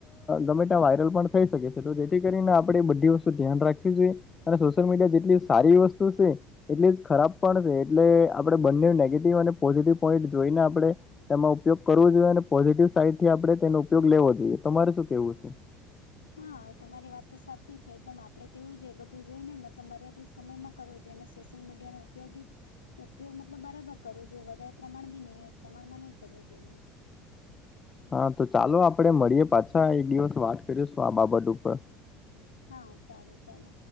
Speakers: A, on the left (about 25°); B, on the left (about 90°).
A: ગમે ત્યાં વાયરલ પણ થઈ શકે છે તો જેથી કરીને આપણે બધી વસ્તુ ધ્યાન રાખવી જોઈ અને સોશિયલ મીડિયા જેટલી સારી વસ્તુ છે. એટલી જ ખરાબ પણ છે એટલે આપણે બંને નેગેટિવ અને પોઝિટિવ પોઈન્ટ જોઈને આપણે તેમાં ઉપયોગ કરવો જોઈએ અને પોઝિટિવ સાઈડ થી આપણે તેનો ઉપયોગ લેવો જોઈએ તમારે શું કેવું છે.
B: હા તમારી વાત તો સાચી છે એકદમ આપણે તેવું જોઈએ બધું બધું જોઈ ને મતલબ મર્યાદિત સમયમાં કરવું જોઈએ, ને સોશિયલ મીડિયાનો ઉપયોગી ઉપયોગ મતલબ બરાબર કરવો જોઈએ વધારે પ્રમાણ બી નહીં પ્રમાણમાં નહીં કરવું જોઈએ
A: હા તો ચાલો આપણે મળીએ પાછા એક દિવસ વાત કરીશું આ બાબત ઉપર
B: હા સારું ચાલો